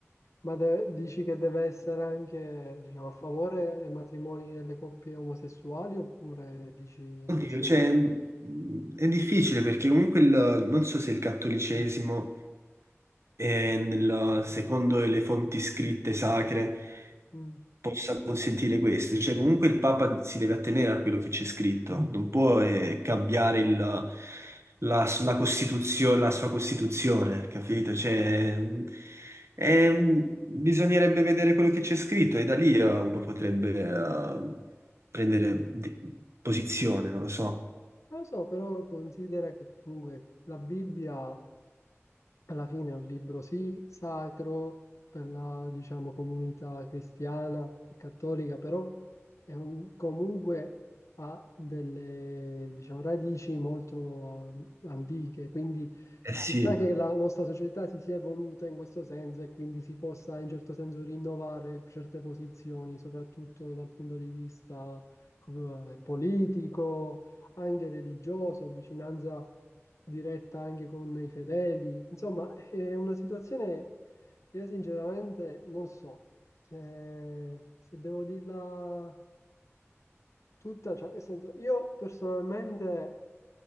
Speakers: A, on the left; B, on the right.
A: Ma de- dici che deve essere anche, diciamo, a favore dei matrimoni delle coppie omosessuali oppure dici in
B: Oddio,
A: questo...
B: cioè, mh, è difficile perché comunque il- non so se il cattolicesimo, è nel- secondo le fonti scritte sacre,
A: Mm.
B: possa consentire questo. Cioè, comunque il Papa si deve attenere a quello che c'è scritto, non può eh, cambiare il- la, la costituzio- la sua Costituzione, capito? Cioè, mh, è- mh, bisognerebbe vedere quello che c'è scritto e da lì eh, uno potrebbe eh, prendere di- posizione, non lo so.
A: Non lo so, però considera che comunque la Bibbia... alla fine è un libro, sì, sacro per la, diciamo, comunità cristiana e cattolica, però è un- comunque ha delle, diciamo, radici molto eh, antiche, quindi
B: Eh sì,
A: ci sta che la nostra società si sia evoluta in questo senso e quindi si possa in certo senso rinnovare certe posizioni, soprattutto dal punto di vista come, eh, politico, anche religioso, vicinanza diretta anche con i fedeli. Insomma, è una situazione che io sinceramente non so Eh, se devo dirla tutta, cioè, nel senso, io personalmente.